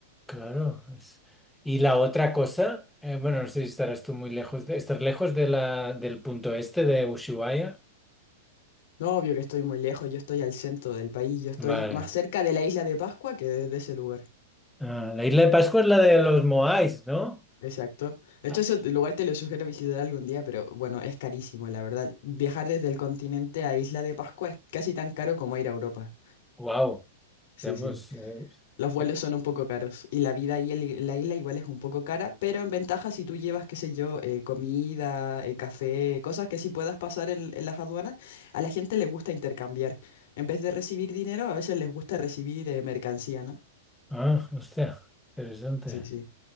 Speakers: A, in the centre; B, on the left.
A: Claro. es- Y la otra cosa, eh, bueno, no sé si estarás tú muy lejos de, estás lejos de la, del punto este de Ushuaia.
B: No, obvio que estoy muy lejos, yo estoy al centro del país, yo estoy
A: Vale.
B: más cerca de la isla de Pascua que de, de ese lugar.
A: Ah, la isla de Pascua es la de los Moais, ¿no?
B: Exacto. De
A: Ah,
B: hecho, ese lugar te lo sugiero visitar algún día, pero bueno, es carísimo, la verdad. Viajar desde el continente a Isla de Pascua es casi tan caro como ir a Europa.
A: Wow,
B: Sí,
A: pues,
B: sí.
A: eh,
B: Los vuelos
A: eh,
B: son un poco caros y la vida ahí en la isla igual es un poco cara, pero en ventaja si tú llevas, qué sé yo, eh, comida, eh, café, cosas que sí puedas pasar en, en las aduanas, a la gente le gusta intercambiar. En vez de recibir dinero, a veces les gusta recibir eh, mercancía, ¿no?
A: ah, hostia, interesante.
B: Sí, sí.